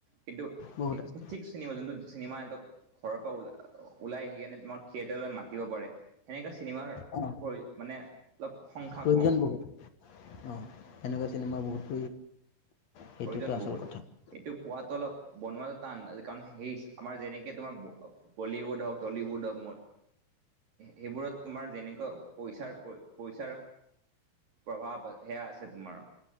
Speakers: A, on the right; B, on the left.
A: কিন্তু
B: বহুত
A: এই
B: আছে
A: সঠিক চিনেমা যোনটো চিনেমা সিহঁতক ঘৰৰ পৰা ওল ওলাই আহি কেনে তোমাক থিয়েটাৰত মাতি পাৰে সেনেকা চিনেমাৰ
B: অঁ
A: প্ৰয় মানে অলপ সংখ্যা
B: প্ৰয়োজন
A: কম।
B: বহুত অঁ এনেকুৱা চিনেমা বহুত। সেইটোতো
A: প্ৰয়োজন
B: আচল
A: বহুত
B: কথা
A: এইটো। পোৱাাতটো অলপ বনোৱাটো টান কাৰণ সেই আমাৰ যেনেকে তোমাৰ বলীউড হওক টলিউড হওক। সেইবোৰত তোমাৰ যেনেকুৱা পইচাৰ পইচাৰ। প্ৰভাৱ সেয়া আছে তোমাৰ।